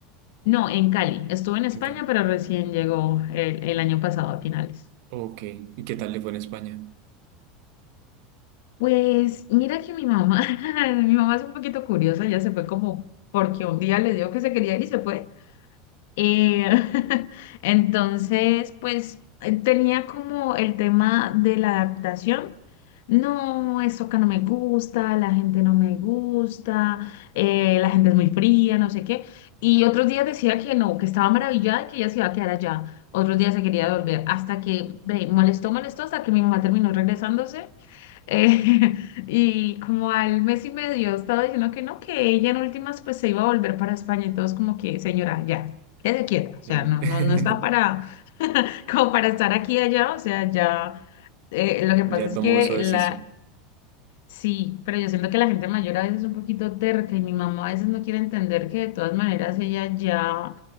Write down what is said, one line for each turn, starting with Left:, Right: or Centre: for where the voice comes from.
Left: No, en Cali. Estuvo en España,
Right: En Cali.
Left: pero recién llegó el, el año pasado a finales.
Right: Ok, ¿y qué tal le fue en España?
Left: Pues mira que mi mamá, <laughs> mi mamá es un poquito curiosa, ya se fue como porque un día le dijo que se quería ir y se fue. Eh, <laughs> entonces, pues eh, tenía como el tema de la adaptación. No, eso acá no me gusta, la gente no me gusta, eh, la gente es muy fría, no sé qué. Y otros días decía que no, que estaba maravillada y que ella se iba a quedar allá. Otros días se quería volver, hasta que ve, molestó, molestó, hasta que mi mamá terminó regresándose. Eh, <laughs> y como al mes y medio estaba diciendo que no, que ella en últimas pues se iba a volver para España y todos como que, señora, ya, quédese quieta, o sea,
Right: Eh,
Left: no,
Right: <laughs>
Left: no, no está para, <laughs> como para estar aquí y allá, o sea, ya, eh, lo que pasa
Right: Ya
Left: es
Right: tomó
Left: que
Right: su decisión.
Left: la, sí, pero yo siento que la gente mayor a veces es un poquito terca y mi mamá a veces no quiere entender que de todas maneras ella ya,